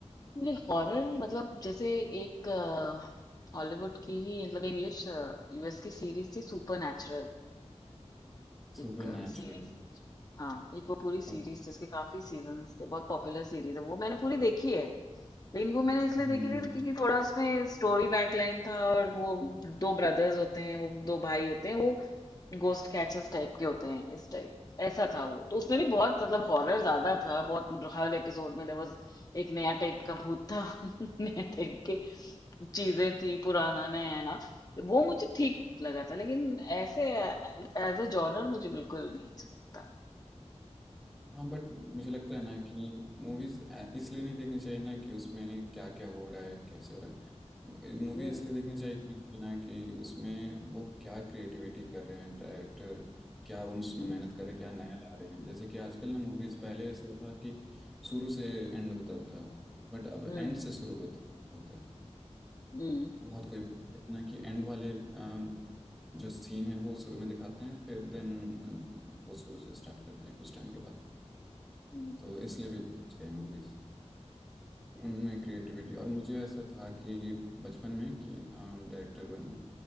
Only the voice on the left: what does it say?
नहीं हॉरर मतलब जैसे एक हॉलीवुड की ही मतलब इंग्लिश यूएस की सीरीज थी सुपर नेचुरल एक
सीरीज थी हाँ एक वो पूरी सीरीज
थी उसके काफी सीजन्स थे बहुत पॉपुलर सीरीज है वो मैंने पूरी देखी है लेकिन वो मैंने इसलिए
देखी थी क्योंकि थोड़ा उसमें स्टोरी बैकलाइन था और वो दो ब्रदर्स होते हैं वो दो भाई होते हैं वो गोस्ट कैचर्स टाइप के होते हैं इस टाइप ऐसा था वो तो उसमें भी बहुत मतलब हॉरर ज्यादा था बहुत हर एपिसोड में देयर वाज एक नया टाइप का भूत था <laughs> नया टाइप के चीजें थी पुराना नया ना वो मुझे ठीक लगा था लेकिन ऐसे एज अ जॉनर मुझे बिल्कुल नहीं अच्छा लगता
हम्म
हम्म
हम्म
हम्म
हम्म,